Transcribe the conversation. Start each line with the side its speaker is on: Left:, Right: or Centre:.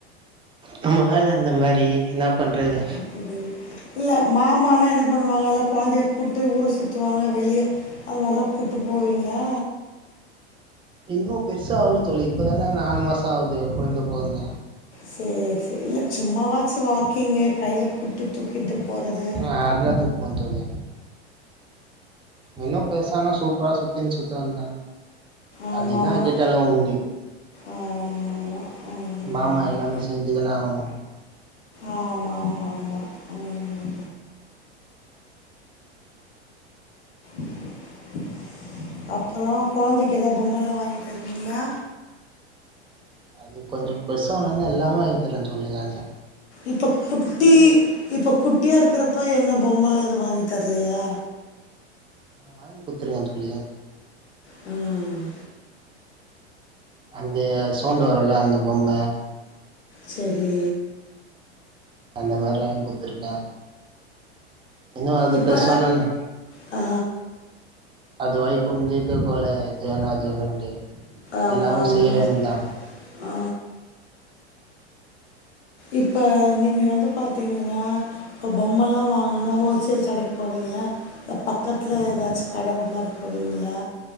Right: நம்ம வேல அந்த மாரி என்னா பண்றது
Left: சேரி இல்ல மாமானா என்ன பண்ணுவாங்க எல்லா கொழந்தைய கூப்டு ஊர சுத்துவாங்க வெளிய அதுமாரிலா கூப்ட்டு போவீங்ளா
Right: இன்னு பெருசா ஆவல தோழி நாலு மாச ஆவுது கொழந்த பொறந்து
Left: சேரி சேரி இல்ல சும்மாவாச்சு வாக்கிங்கு கையில கூப்ட்டு தூக்கிட்டு போறது
Right: அ அதுலா தூக்குவ தோழி இன்னு பெருசானா சூப்பரா சுத்தினு சுத்தவேண்டிதா
Left: ஆமாம்
Right: அது என்னா
Left: ஆமாம்
Right: கேட்டாலு உண்டு
Left: ஆமாம் ஆமாம்
Right: மாமா எல்லாமே செஞ்சுதானே ஆவணு
Left: ஆமா ஆமா ஆமா, ம் <inaudible> அப்பறோ கெபிழந்தைக்கு ஏதாவது பொம்மைலா வாங்கி தருவீங்களா
Right: அது கொஞ்சோ பெருசானோனே எல்லாமே வாங்கி தருவ தோழி நானே
Left: இப்போ குட்டி இப்ப குட்டியா இருக்கிறப்ப என்ன பொம்மைலா எதுவு வாங்கி தரலையா
Right: வாங்கி குடுத்துருக்க தோழி
Left: ம்
Right: அந்த சவுண்டு வரும்ல அந்த பொம்ம
Left: சேரி
Right: அந்த மாரி வாங்கி குடுத்துருக்கே இன்னு அது
Left: இப்போ
Right: பேசனன்னா
Left: ஆ
Right: அது வாய குறிஞ்சிக் கேக்கும்ல இது வேணு அது வேணுண்டு
Left: ஆமாம்
Right: எல்லாமே செய்ய
Left: ஆமாம்
Right: வேண்டி தா
Left: ஆ இப்ப நீங்க வந்து பாத்தீங்கன்னா இப்ப பொம்மல்லா வாங்கணும்னா ஹோல்சேல் கடைக்கு போவீங்களா இல்ல பக்கத்துல ஏதாச்சு கடருந்தா பொய்ருவீங்களா